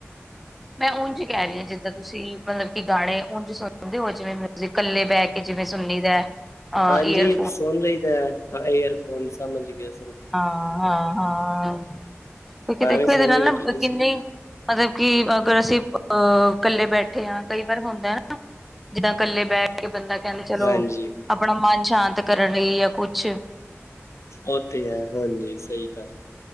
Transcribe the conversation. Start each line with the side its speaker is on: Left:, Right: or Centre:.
Centre: ਮੈਂ ਉਝ ਕਹਿ
Left: ਹਾਂਜੀ
Centre: ਰਹੀ ਹਾਂ ਜਿੱਦਾਂ ਤੁਸੀਂ ਮਤਲਬ ਕਿ ਗਾਣੇ ਉੰਝ ਸੁਣਦੇ ਹੋ ਜਿਵੇਂ ਮਊਜ਼ਿਕ ਇਕੱਲੇ ਬਹਿ ਕੇ ਜਿਵੇਂ ਸੁਨੀ ਦਾ ਅਹ
Left: ਹਾਂਜੀ
Centre: ਈਅਰ
Left: ਸੁਣ ਲਈ ਦਾ ਇਅਰ ਫੋਨ ਸਾਮਾਂਜਿਕ ਅ
Centre: ਹਾਂ ਹਾਂ ਹਾਂ ਕਿਉਂਕਿ ਦੇਖੋ
Left: ਐਵੇਂ
Centre: ਇਹਦੇ
Left: ਸੁਣ
Centre: ਨਾਲ
Left: ਲਈਦਾ
Centre: ਨਾ
Left: ਕਦੀ
Centre: ਕਿੰਨੇ ਮਤਲਬ ਕਿ ਅਗਰ ਅਸੀਂ ਅਹ ਇਕੱਲੇ ਬੈਠੇ ਹਾਂ ਕਈ ਵਾਰ ਹੁੰਦਾ ਨਾ ਜਿੱਦਾਂ ਇਕੱਲੇ ਬੈਠ ਕੇ ਬੰਦਾ ਕਹਿੰਦੇ ਚਲੋ
Left: ਹਾਂਜੀ
Centre: ਆਪਣਾ ਮਨ ਸ਼ਾਂਤ ਕਰਨ ਲਈ ਜਾਂ ਕੁਛ
Left: ਓ ਤੇ ਇਹ ਹਾਂਜੀ ਸਹੀ ਗੱਲ